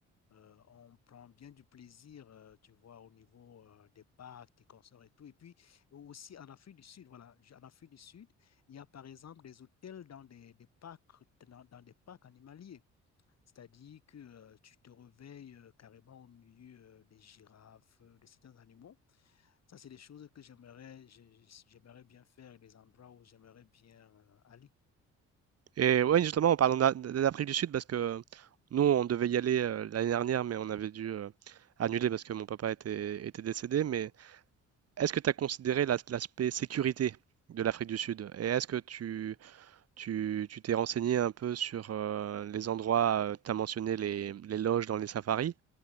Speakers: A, on the left (about 60°); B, on the right (about 55°).
A: euh, on prend bien du plaisir, euh, tu vois, au niveau euh, des parcs, des concerts et tout. Et puis aussi en Afrique du Sud, voilà, j- en Afrique du Sud, il y a par exemple des hôtels dans des, des parcs, dans, dans des parcs animaliers. C'est-à-dire que euh, tu te réveilles euh, carrément au milieu euh, des girafes, euh, de certains animaux. Ça, c'est des choses que j'aimerais, j'ai- j'aimerais bien faire, des endroits où j'aimerais bien euh, aller.
B: Et ouais, justement, en parlant d'A- d'Afrique du Sud, parce que nous, on devait y aller euh, l'année dernière, mais on avait dû euh, annuler parce que mon papa était, était décédé. Mais est-ce que tu as considéré la- l'aspect sécurité de l'Afrique du Sud? Et est-ce que tu, tu, tu t'es renseigné un peu sur euh, les endroits, tu as mentionné les, les loges dans les safaris,